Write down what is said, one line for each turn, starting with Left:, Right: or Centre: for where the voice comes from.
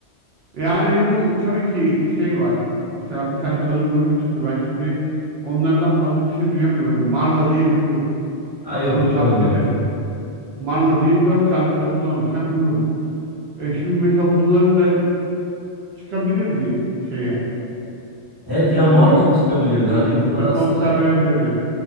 Right: Yani bu tabii ki şey var. Mesela bir tane kadın grubu çıktı. Ben şimdi onlardan fazla bir şey duyamıyorum. Marla diye bir grup.
Left: Ha
Right: Bakmanı
Left: yok duymadım
Right: tavsiye
Left: bak.
Right: ederim.
Left: çok.
Right: Marla diye dört tane kadından oluşan bir grup. E şimdi mesela bunların da çıkabilirdi şeye.
Left: Evet ya
Right: E,
Left: muhakkak
Right: yurt,
Left: çıkabilirdi.
Right: yurt
Left: Hani
Right: dışında
Left: bunlar aslında
Right: konser
Left: şey
Right: verebilirdi.